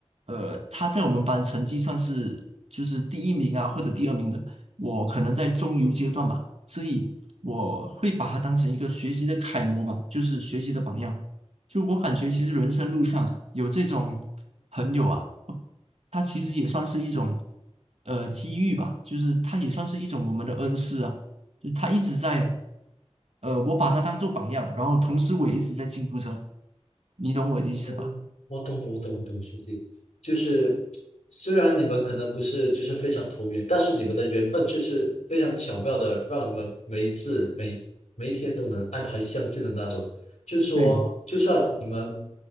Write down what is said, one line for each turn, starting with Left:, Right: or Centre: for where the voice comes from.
Right: 呃，他在我们班成绩算是就是第一名啊，或者第二名的。我可能在中游阶段吧，所以我会把他当成一个学习的楷模吧，就是学习的榜样。就我感觉，其实人生路上啊，有这种朋友啊，他其实也算是一种呃机遇吧，就是他也算是一种我们的恩师啊。就他一直在，呃，我把他当做榜样，然后同时我也一直在进步着，你懂我的意思吧？
Left: 哦，我懂了，我懂，我懂，兄弟，就是虽然你们可能不是就是非常投缘，但是你们的缘分却是非常巧妙的，让你们每一次每每一天都能安排相见的那种。就是说，
Right: 对，
Left: 就算你们